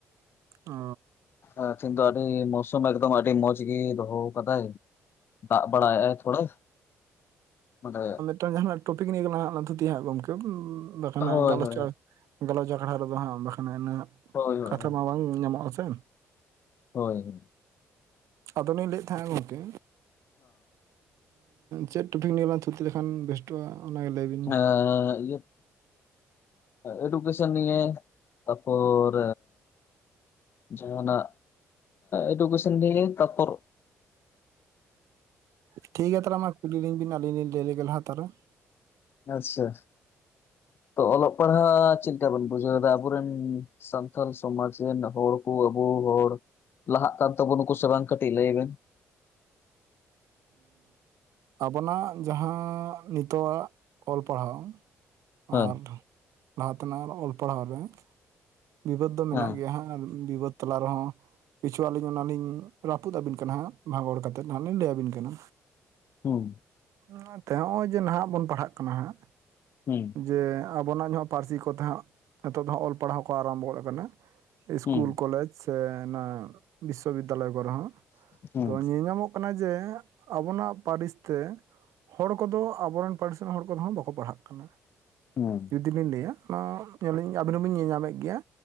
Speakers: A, on the right; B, on the left.
A: ᱚ
B: ᱦᱮᱸ ᱛᱤᱦᱤᱱ ᱫᱚ ᱟᱹᱰᱤ ᱢᱳᱥᱩᱢ ᱮᱠᱫᱚᱢ ᱟᱹᱰᱤ ᱢᱚᱸᱡᱽ ᱜᱤ ᱫᱚᱦᱚ ᱠᱟᱫᱟᱭ, ᱫᱟᱜ ᱵᱟᱲᱟᱭᱮᱜ ᱟᱭ ᱛᱷᱚᱲᱟ ᱢᱟᱱᱮ,
A: ᱢᱤᱫ ᱴᱟᱝ ᱡᱟᱦᱟᱸᱱᱟᱜ ᱴᱚᱯᱤᱠ ᱱᱤᱭ ᱜᱮᱞᱟᱝ ᱦᱟᱸᱜ ᱞᱟᱝ ᱛᱷᱩᱛᱤ ᱦᱟᱸᱜ ᱜᱚᱢᱠᱮ ᱵᱟᱠᱷᱟᱱ
B: ᱦᱳᱭ
A: ᱜᱟᱞᱚᱪ
B: ᱦᱳᱭ
A: ᱜᱟᱞᱚᱪ ᱟᱠᱷᱲᱟ ᱨᱮᱫᱚ ᱦᱟᱸᱜ ᱵᱟᱠᱷᱟᱱ ᱤᱱᱟᱹᱜ
B: ᱦᱳᱭ ᱦᱳᱭ
A: ᱠᱟᱛᱷᱟ ᱢᱟ ᱵᱟᱝ ᱧᱟᱢᱚᱜᱼᱟ ᱥᱮ,
B: ᱦᱳᱭ
A: ᱟᱫᱚᱞᱤᱧ ᱞᱟᱹᱭᱮᱫ ᱛᱟᱦᱮᱸᱫ-ᱟ ᱜᱚᱢᱠᱮ, ᱪᱮᱫ ᱴᱚᱯᱤᱠ ᱱᱤᱭᱟᱹ ᱞᱟᱝ ᱛᱷᱩᱛᱤ ᱞᱮᱠᱷᱟᱱ ᱵᱮᱥᱴᱚᱜᱼᱟ, ᱚᱱᱟᱜᱮ ᱞᱟᱹᱭ ᱵᱤᱱ,
B: ᱦᱮᱸ ᱤᱭᱟ, ᱮᱰᱩᱠᱮᱥᱮᱱ ᱱᱤᱭᱮ ᱛᱟᱯᱚᱨ ᱡᱟᱦᱟᱸᱱᱟᱜ, ᱮᱰᱩᱠᱮᱥᱚᱱ ᱱᱤᱭᱟ ᱛᱟᱯᱚᱨ,
A: ᱴᱷᱤᱠ ᱜᱮᱭᱟ ᱛᱟᱦᱚᱞᱮ ᱢᱟ ᱠᱩᱞᱤ ᱞᱤᱧ ᱵᱤᱱ ᱟᱹᱞᱤᱧ ᱞᱤᱧ ᱞᱟᱹᱭ ᱞᱮᱜᱮ ᱞᱟᱦᱟ ᱛᱟᱦᱞᱮ,
B: ᱟᱪᱪᱷᱟ ᱛᱚ ᱚᱞᱚᱜ ᱯᱟᱲᱦᱟ ᱪᱮᱫ ᱞᱮᱠᱟ ᱵᱮᱱ ᱵᱩᱡᱷᱟᱹᱣᱫᱟ ᱟᱵᱚᱨᱮᱱ, ᱥᱟᱱᱛᱟᱞ ᱥᱚᱢᱟᱡᱽ ᱨᱮᱱ ᱟᱵᱚ ᱟᱵᱚ ᱟᱵᱚ ᱦᱚᱲ, ᱞᱟᱦᱟᱜ ᱠᱟᱱ ᱛᱟᱵᱚᱱᱟᱠᱚ ᱥᱮ ᱵᱟᱝ ᱠᱟᱹᱴᱤᱡ ᱞᱟᱹᱭ ᱵᱮᱱ,
A: ᱟᱵᱚᱱᱟᱜ ᱡᱟᱦᱟᱸ ᱱᱤᱛᱚᱜᱟᱜ ᱚᱞ ᱯᱟᱲᱦᱟᱣ,
B: ᱦᱮᱸ
A: ᱟᱨ ᱞᱟᱦᱟ ᱛᱮᱱᱟᱜ ᱚᱞ ᱯᱟᱲᱦᱟᱣ ᱨᱮ, ᱵᱤᱵᱟᱹᱫ ᱫᱚ ᱢᱮᱱᱟᱜ
B: ᱦᱮᱸ
A: ᱜᱮᱭᱟ ᱦᱟᱸᱜ ᱟᱨ ᱵᱤᱵᱟᱹᱫ, ᱛᱟᱞᱟ ᱨᱮᱦᱚᱸ ᱠᱤᱪᱷᱩ ᱟᱹᱞᱤᱧ ᱚᱱᱟ ᱞᱤᱧ ᱨᱟᱹᱯᱩᱫ ᱟᱹᱵᱤᱱ ᱠᱟᱱᱟ ᱦᱟᱸᱜ ᱵᱷᱟᱸᱜᱚᱲ ᱠᱟᱛᱮᱫ ᱦᱟᱸᱜ ᱞᱤᱧ ᱞᱟᱹᱭ ᱟᱹᱵᱤᱱ ᱠᱟᱱᱟ,
B: ᱦᱩᱸ
A: ᱮᱱᱟᱛᱮ ᱦᱚᱸᱜᱼᱚᱭ ᱡᱮ ᱱᱟᱦᱟᱜ ᱵᱚᱱ ᱯᱟᱲᱦᱟᱜ ᱠᱟᱱᱟ ᱦᱟᱸᱜ,
B: ᱦᱩᱸ,
A: ᱡᱮ ᱟᱵᱚᱱᱟᱜ ᱡᱟᱦᱟᱸ ᱯᱟᱹᱨᱥᱤ ᱠᱚ ᱛᱮ ᱦᱟᱸᱜ ᱱᱤᱛᱚᱜ ᱫᱚ ᱚᱞ ᱯᱟᱲᱦᱟᱣ ᱠᱚ ᱟᱨᱟᱢᱵᱷᱚ ᱜᱚᱫ ᱠᱟᱱᱟ, ᱤᱥᱠᱩᱞ
B: ᱦᱩᱸ
A: ᱠᱚᱞᱮᱡᱽ ᱥᱮ ᱚᱱᱟ ᱵᱤᱥᱥᱚ ᱵᱤᱫᱽᱫᱟᱞᱚᱭ ᱠᱚᱨᱮ ᱦᱚᱸ
B: ᱦᱩᱸ
A: ᱛᱚ ᱧᱮᱞᱧᱟᱢᱚᱜ, ᱚᱱᱮ ᱡᱮ ᱟᱵᱚᱱᱟᱜ ᱯᱟᱹᱨᱤᱥ ᱛᱮ, ᱦᱚᱲ ᱠᱚᱫᱚ ᱟᱵᱚᱨᱮᱱ ᱯᱟᱨᱥᱳᱱᱟᱞ ᱦᱚᱲ ᱠᱚᱫᱚ ᱦᱟᱸᱜ ᱵᱟᱠᱚ ᱯᱟᱲᱦᱟᱜ ᱠᱟᱱᱟ,
B: ᱦᱮᱸ,
A: ᱡᱩᱫᱤ ᱵᱤᱱ ᱞᱟᱹᱭᱟ ᱚᱸᱻ ᱧᱮᱞᱤᱧ ᱟᱵᱤᱱ ᱦᱚᱸᱵᱤᱱ ᱧᱮᱞᱧᱟᱢᱮᱫ ᱜᱮᱭᱟ